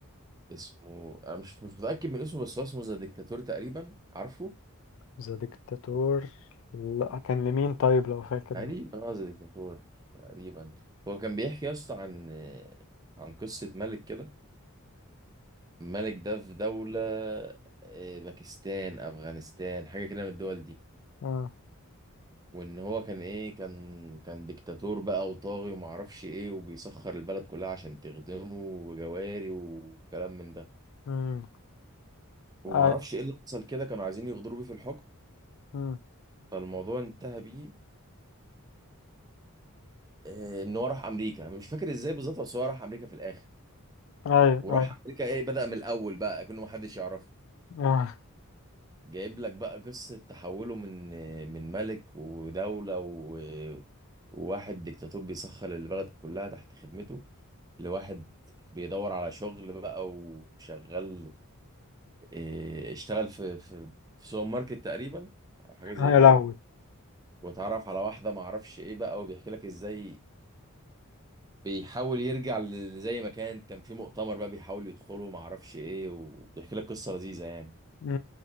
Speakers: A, on the right; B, on the left.
A: اسمه انا مش مش متاكد من اسمه بس هو اسمه ذا ديكتاتور تقريبا عارفه
B: ذا ديكتاتور لأ كان لمين طيب لو فاكر
A: تقريبا غزة ديكتاتور تقريبا هو كان بيحكي يا اسطى عن آه، عن قصة ملك كده الملك ده في دولة آه، باكستان أفغانستان حاجة كده من الدول دي
B: آه.
A: وإن هو كان إيه كان كان ديكتاتور بقى وطاغي ومعرفش إيه وبيسخر البلد كلها عشان تخدمه وجواري وكلام من ده
B: مم.
A: ومعرفش
B: أي...
A: إيه اللي حصل كده كانوا عايزين يغدروا بيه في الحكم
B: مم.
A: فالموضوع انتهى بيه آه، إن هو راح أمريكا مش فاكر إزاي بالظبط بس هو راح أمريكا في الآخر
B: أيوه
A: وراح
B: أيوه
A: امريكا ايه بدأ من الاول بقى كأنه محدش يعرفه
B: آه.
A: جايب لك بقى قصة تحوله من من ملك ودولة و... وواحد ديكتاتور بيسخر البلد كلها تحت خدمته لواحد بيدور على شغل بقى وشغال إيه، اشتغل في في في سوبر ماركت تقريبا او حاجة زي
B: يا
A: كده
B: لهوي
A: واتعرف على واحدة معرفش ايه بقى وبيحكي لك ازاي بيحاول يرجع ل- زي ما كان كان في مؤتمر بقى بيحاول يدخله معرفش ايه وبيحكي لك قصة لذيذة يعني
B: مم.